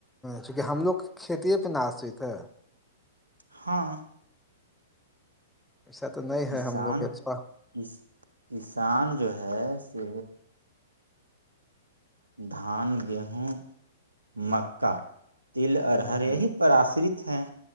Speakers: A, in the centre; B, on the right.
A: چونکہ ہم لوگ کھیتے پہ ن آسیت ہے
B: ہاں <inaudible>
A: ایسا تو نہیں
B: کسان
A: ہے ہم لوگ کےا
B: کس کسان جو ہے سے دھان گیہوں مکا تل ارہر
A: ہوں ہ
B: یہی پر آشرت ہیں